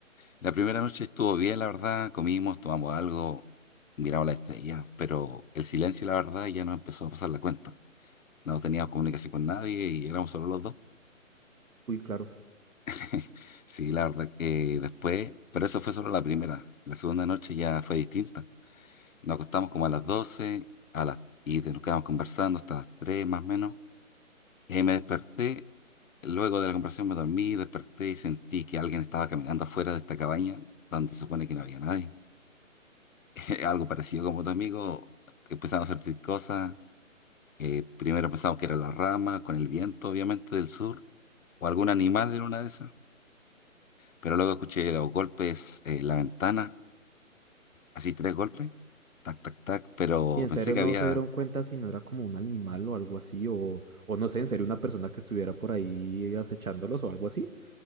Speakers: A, on the left; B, on the right.
A: La primera noche estuvo bien, la verdad. Comimos, tomamos algo, miramos las estrellas, pero el silencio, la verdad, ya nos empezó a pasar la cuenta. No teníamos comunicación con nadie y éramos solo los dos.
B: uy, claro.
A: <laughs> Sí, la verdad, que, eh, después, pero eso fue solo la primera. La segunda noche ya fue distinta. Nos acostamos como a las 12 a las, y nos quedamos conversando hasta las 3 más o menos. Eh, me desperté, luego de la conversación me dormí, desperté y sentí que alguien estaba caminando afuera de esta cabaña, donde se supone que no había nadie. <laughs> Algo parecido como tu amigo, empezamos a sentir cosas. eh, primero pensamos que era la rama, con el viento obviamente del sur, o algún animal en una de esas. Pero luego escuché los golpes eh, en la ventana, así tres golpes, tac, tac, tac, pero
B: Y en
A: pensé
B: serio
A: que
B: no
A: había...
B: se dieron cuenta si no era como un animal o algo así, o, o no sé, en serio una persona que estuviera por ahí acechándolos o algo así.